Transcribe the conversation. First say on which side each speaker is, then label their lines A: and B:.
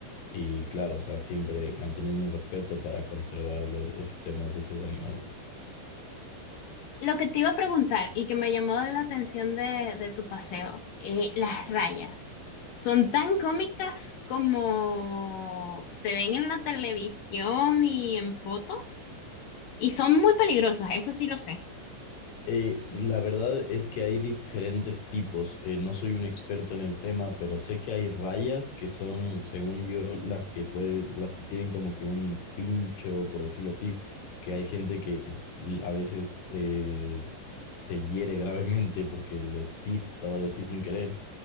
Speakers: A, on the left; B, on the left.
A: Y claro, o sea, siempre manteniendo un respeto para conservar los ecosistemas de esos animales.
B: Lo que te iba a preguntar y que me llamó la atención de, de tu paseo, eh, las rayas. ¿Son tan cómicas como se ven en la televisión y en fotos? Y son muy peligrosas, eso sí lo sé.
A: Eh, la verdad es que hay diferentes tipos. Eh, no soy un experto en el tema, pero sé que hay rayas que son, según yo, las que puede, las que tienen como que un pincho, por decirlo así, que hay gente que l- a veces eh, se hiere gravemente porque les pisa o algo así sin querer.